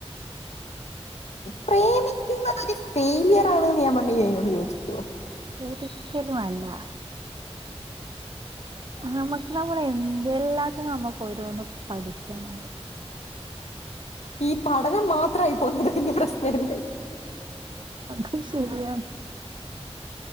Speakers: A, on the left; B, on the right.
A: പ്രേമിക്കുന്നത്ത് ഫെയിലിയർ ആാണ്ന്ന് ഞാൻ പറഞ്ഞ അോട് ചോദിച്ചിക്കുവോ
B: ഒരിക്കലും അല്ല നമ്മുക്ക് നമ്മൾ എന്തെല്ലാത്തും നമ്മുക്ക് ഓരോന്ന്ും പഠിക്കാനുണ്ട്
A: ഈ പഠനം മാത്രമായി പോന്നത് ഇ പ്രശ്ന എല്ലേ
B: ശ ശരിയ